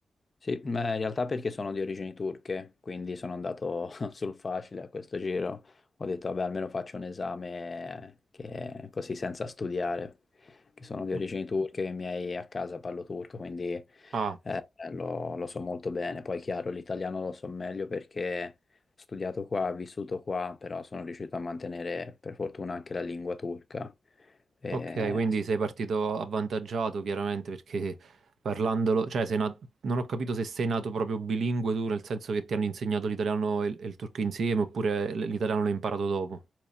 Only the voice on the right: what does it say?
Mm.
Ah,
ok, quindi sei partito avvantaggiato chiaramente perché parlandolo, cioè sei nat- non ho capito se sei nato proprio bilingue tu, nel senso che ti hanno insegnato l'italiano e il e il turco insieme oppure l- l'italiano l'hai imparato dopo.